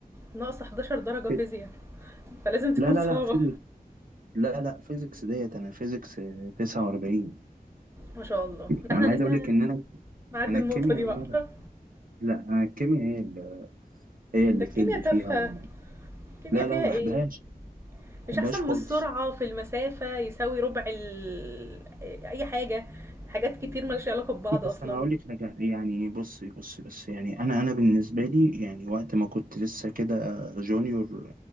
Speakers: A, on the right; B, on the right.
A: ناقص 11 درجة فيزياء
B: في-
A: فلازم تكون
B: لا لا
A: صعبة
B: لا فيزيكس لا لا فيزيكس ديت انا فيزيكس آه، 49
A: ما شاء الله احنا
B: انا
A: نجي
B: عايز اقول لك ان انا
A: نعدي
B: انا
A: النقطة
B: الكيمياء
A: دي بقى <laughs>
B: لا انا الكيمياء هي اللي هي اللي
A: ده الكيمياء
B: في اللي فيها
A: تافهة
B: والله
A: الكيمياء
B: لا لا
A: فيها
B: انا ما بحبهاش
A: ايه
B: ما
A: مش
B: بحبهاش
A: احسن
B: خالص
A: من السرعه في المسافه يساوي ربع ال... اي حاجه حاجات كتير مالهاش علاقه ببعض اصلا
B: بس انا هقول لك حاجه يعني بصي بصي بس يعني انا انا بالنسبه لي يعني وقت ما كنت لسه كده جونيور